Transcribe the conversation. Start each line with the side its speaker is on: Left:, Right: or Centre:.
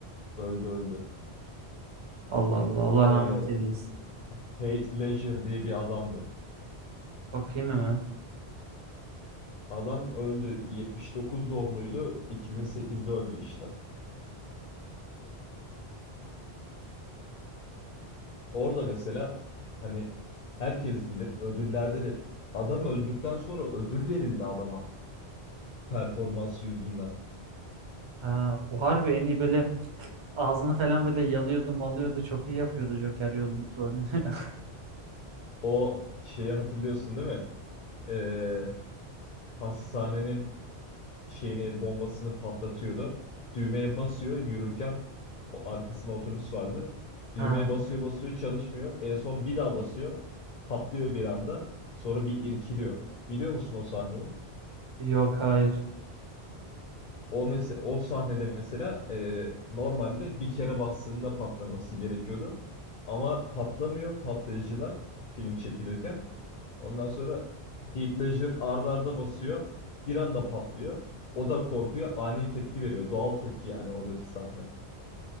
Left: Öldü öldü.
Right: Allah Allah Allah
Left: E,
Right: rahmet eylesin.
Left: Heath Ledger diye bir adamdı.
Right: Bakayım hemen.
Left: Adam öldü. 79 doğumluydu. 2008'de öldü işte. Orada mesela hani herkes bilir ödüllerde de adam öldükten sonra ödül verildi adama performans yüzünden.
Right: Ha, bu harbi en iyi böyle Ağzını falan böyle yalıyordu malıyordu. Çok iyi yapıyordu Joker yol- rolünü. <laughs>
Left: O şeyi hatırlıyorsun değil mi? Ee, hastanenin şeyini bombasını patlatıyordu. Düğmeye basıyor yürürken o arkasında otobüs vardı. Düğmeye
Right: Ha,
Left: basıyor basıyor çalışmıyor. En son bir daha basıyor. Patlıyor bir anda. Sonra bir irkiliyor. Biliyor musun o sahneyi?
Right: yok hayır.
Left: O mesela o sahnede mesela e, normalde bir kere bastığında patlaması gerekiyordu. Ama patlamıyor patlayıcılar film çekilirken. Ondan sonra Heath Ledger arda arda basıyor. Bir anda patlıyor. O da korkuyor, ani tepki veriyor. Doğal tepki yani oradaki sahne.